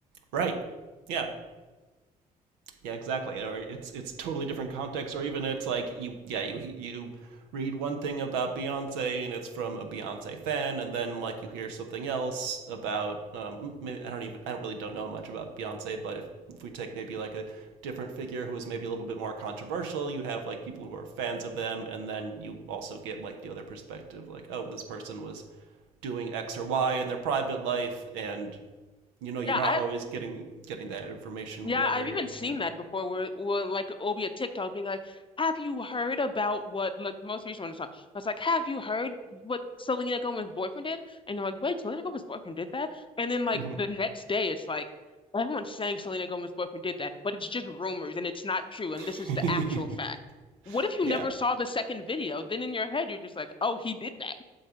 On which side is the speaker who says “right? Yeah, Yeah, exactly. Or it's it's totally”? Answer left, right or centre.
Right